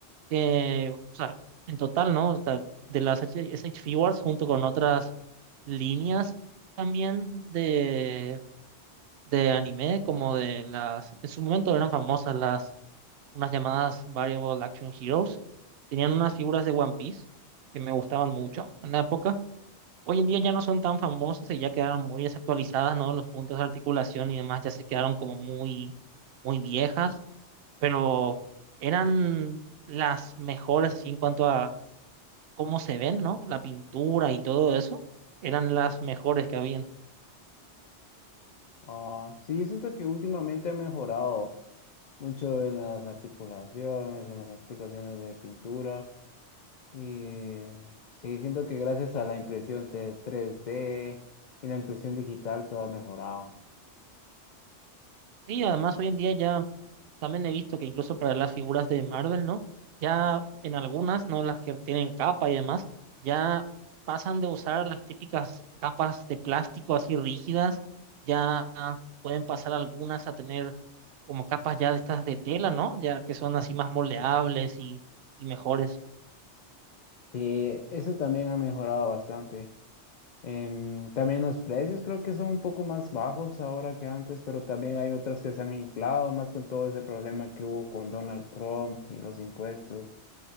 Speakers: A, on the right; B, on the left.
A: que, o sea, en total, ¿no? O sea, de las SH SH Figures junto con otras líneas también de, de anime, como de las, en su momento eran famosas las, unas llamadas Variable Action Heroes, tenían unas figuras de One Piece que me gustaban mucho en la época. Hoy en día ya no son tan famosas y ya quedaron muy desactualizadas, ¿no? Los puntos de articulación y demás ya se quedaron como muy, muy viejas, pero eran las mejores así en cuanto a cómo se ven, ¿no? La pintura y todo eso, eran las mejores que habían.
B: Ah, sí, yo siento que últimamente ha mejorado mucho en las articulaciones, en las aplicaciones de pintura. Y sí, siento que gracias a la impresión te- 3D y la impresión digital todo ha mejorado.
A: Y además hoy en día ya También he visto que incluso para las figuras de Marvel, ¿no? Ya en algunas, ¿no? Las que tienen capa y demás, ya pasan de usar las típicas capas de plástico así rígidas, ya pueden pasar algunas a tener como capas ya de estas de tela, ¿no? Ya que son así más moldeables y, y mejores.
B: Sí, eso también ha mejorado bastante. Em, también los precios creo que son un poco más bajos ahora que antes, pero también hay otras que se han inflado más con todo ese problema que hubo con Donald Trump y los impuestos.